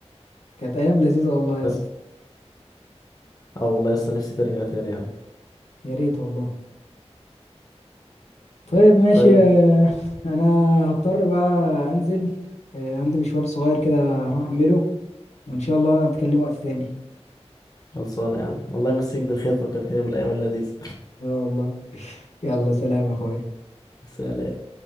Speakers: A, on the left (about 75°); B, on the left (about 35°).
A: كانت ايام لذيذة والله يا
B: بس
A: اسطى
B: اه والله لسه نفسي ترجع تاني يا عم
A: يا ريت والله طيب ماشي
B: طيب
A: آه، انا هضطر بقى انزل آه، عندي مشوار صغير كده هروح اعمله وان شاء الله نتكلم وقت تاني
B: خلصانة يا عم الله يمسيك بالخير فكرتني بالأيام اللذيذة
A: اه والله يلا سلام يا اخويا
B: <laughs> سلام